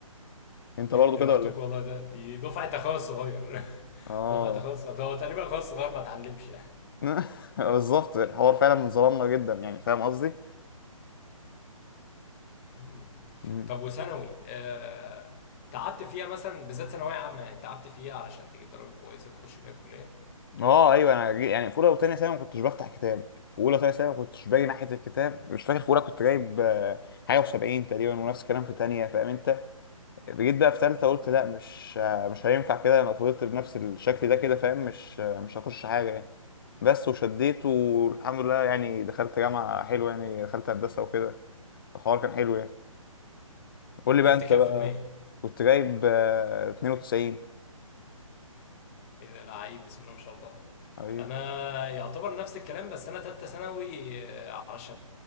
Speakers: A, on the left; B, on the left.
A: انت برضو
B: يا
A: كده
B: بختوك
A: ولا ايه؟
B: والله ده دي دفعه اخويا الصغير <laughs>
A: اه
B: دفعه اخويا الصغير هو تقريبا اخويا الصغير ما اتعلمش يعني
A: <laughs> بالظبط الحوار فعلا ظلمنا جدا يعني فاهم قصدي؟
B: مم.
A: مم.
B: طب وثانوي آه... تعبت فيها مثلا بالذات ثانويه عامه يعني تعبت فيها علشان تجيب درجه كويسه تخش بيها الكليه
A: اه ايوه انا جي- يعني في اولى وثانيه ثانوي ما كنتش بفتح كتاب في اولى وثانيه ثانوي ما كنتش باجي ناحيه الكتاب مش فاكر في اولى كنت جايب آه، حاجه و70 تقريبا ونفس الكلام في ثانيه فاهم انت جيت بقى في تالتة قلت
B: مم.
A: لا مش مش هينفع كده انا فضلت بنفس الشكل ده كده فاهم مش مش هخش حاجة يعني بس وشديت والحمد لله يعني دخلت جامعة حلوة يعني دخلت هندسة وكده الحوار كان حلو يعني قول لي
B: جبت
A: بقى انت
B: كام
A: بقى
B: في المية؟
A: كنت جايب آه، 92
B: ايه ده لعيب بسم الله ما شاء الله.
A: ايوه
B: انا يعتبر نفس الكلام بس انا تالتة ثانوي آه، علشان